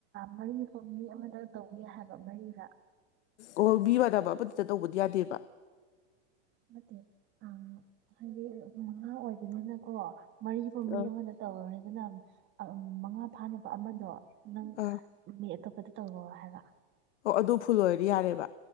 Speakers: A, on the right; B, on the left.
A: ꯃꯔꯤꯐꯣ ꯃꯤ ꯑꯃꯗ ꯇꯧꯅꯤ ꯍꯥꯏꯕ ꯃꯔꯤꯗ
B: ꯑꯣ ꯃꯤ ꯃꯥꯟꯅꯕ ꯑꯃꯗꯨꯗ ꯇꯧꯕꯗꯤ ꯌꯥꯗꯦꯕ
A: ꯅꯠꯇꯦ ꯑ ꯍꯥꯏꯗꯤ ꯃꯉꯥ ꯑꯣꯏꯕꯅꯤꯅꯀꯣ ꯃꯔꯤꯐꯨ ꯃꯤ
B: ꯑꯥ
A: ꯑꯃꯗ ꯇꯧꯔꯨꯔꯦꯗꯅ ꯑ ꯃꯉꯥ ꯐꯥꯅꯕ ꯑꯃꯗꯣ ꯅꯪ
B: ꯑꯥ
A: ꯃꯤ ꯑꯇꯣꯞ ꯑꯗꯨ ꯇꯧꯋꯣ ꯍꯥꯏꯕ
B: ꯑꯣ ꯑꯗꯨ ꯐꯨꯜ ꯑꯣꯏꯔꯗꯤ ꯌꯥꯔꯦꯕ